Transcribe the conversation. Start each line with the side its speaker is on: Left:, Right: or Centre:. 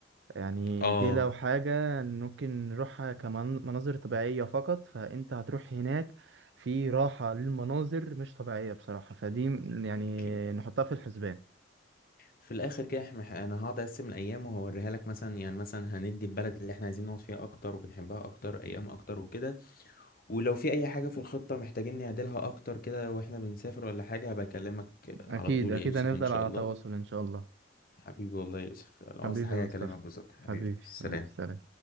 Right: يعني
Left: اه
Right: دي لو حاجة ممكن نروحها كمناظر طبيعية فقط فأنت هتروح هناك في راحة للمناظر مش طبيعية بصراحة فدي يعني
Left: اكيد
Right: نحطها في الحسبان
Left: في الاخر كده احنا ح- انا هقعد اقسم الايام وهوريها لك مثلا يعني مثلا هندي البلد اللي احنا عايزين نقعد فيها اكتر وبنحبها اكتر ايام اكتر وكده ولو في اي حاجه في الخطه محتاجين نعدلها اكتر كده واحنا بنسافر ولا حاجه هبقى اكلمك على
Right: أكيد
Left: طول
Right: أكيد
Left: يا يوسف
Right: هنفضل
Left: ان شاء
Right: على
Left: الله
Right: تواصل إن شاء الله
Left: حبيبي والله يا يوسف لو
Right: حبيبي
Left: عاوزت حاجة
Right: يا مصطفى
Left: أكلمك بالظبط حبيبي
Right: حبيبي
Left: سلام
Right: حبيبي سلام